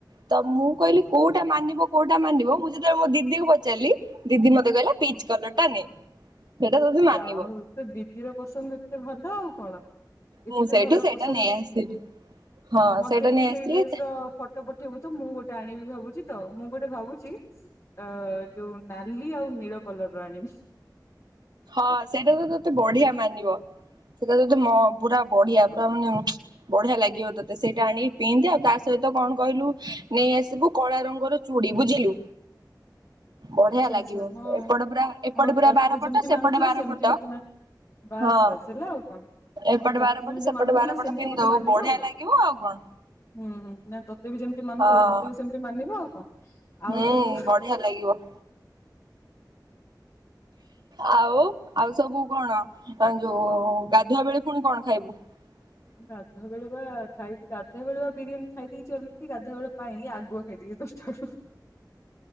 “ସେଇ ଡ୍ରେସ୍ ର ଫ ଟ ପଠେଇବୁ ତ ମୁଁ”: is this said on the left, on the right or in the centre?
Left